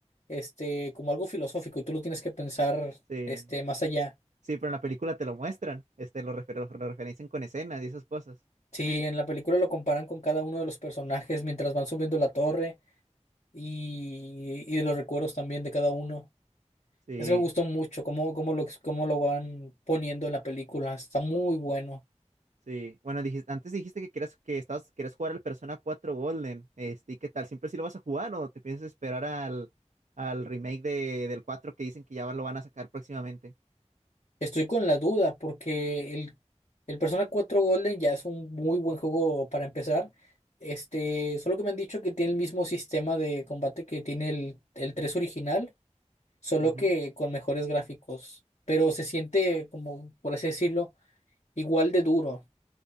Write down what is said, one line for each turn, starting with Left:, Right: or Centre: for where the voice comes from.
Left: este, como algo filosófico y tú lo tienes que pensar
Right: Sí,
Left: este, más allá.
Right: sí, pero en la película te lo muestran, este, lo, refer- lo referencian con escenas y esas cosas.
Left: Sí, en la película lo comparan con cada uno de los personajes mientras van subiendo la torre y, y de los recuerdos también de cada uno.
Right: Sí,
Left: Eso me gustó mucho, cómo, cómo lo, cómo lo van poniendo en la película. Está muy bueno.
Right: sí. Bueno, dijiste, antes dijiste que querías, que estabas, querías jugar al Persona cuatro Golden, este, ¿y qué tal? ¿Siempre sí lo vas a jugar o te piensas esperar al, al remake de, del 4 que dicen que ya lo van a sacar próximamente?
Left: Estoy con la duda porque el, el Persona 4 Golden ya es un muy buen juego para empezar. Este, solo que me han dicho que tiene el mismo sistema de combate que tiene el, el 3 original, solo
Right: Ujú,
Left: que con mejores gráficos. Pero se siente como, por así decirlo, igual de duro.